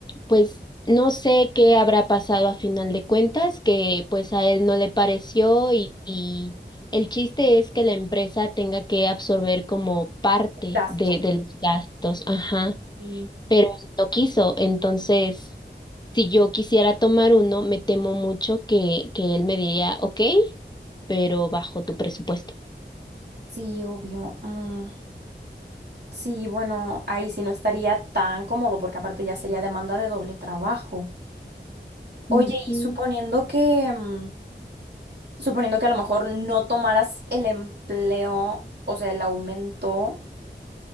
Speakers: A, on the left; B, on the right.
A: pues no sé qué habrá pasado a final de cuentas, que pues a él no le pareció y, y el chiste es que la empresa tenga que absorber como parte
B: Gastos.
A: de, de los gastos, ajá,
B: Sí,
A: pero él no quiso, entonces si yo quisiera tomar uno, me temo mucho que, que él me diría, ok, pero bajo tu presupuesto.
B: sí, obvio. Mm, sí, bueno, ahí sí no estaría tan cómodo porque aparte ya sería demanda de doble trabajo. Oye,
A: Ujú.
B: y suponiendo que, mm, suponiendo que a lo mejor no tomaras el empleo, o sea, el aumento.